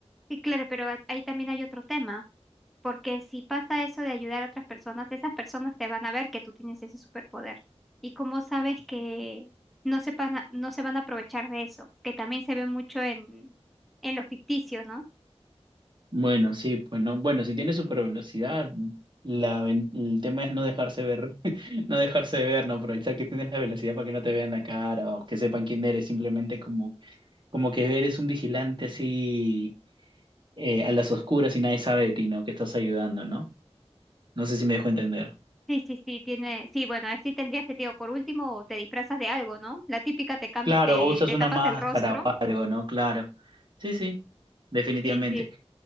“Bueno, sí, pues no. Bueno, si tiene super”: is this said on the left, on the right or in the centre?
Right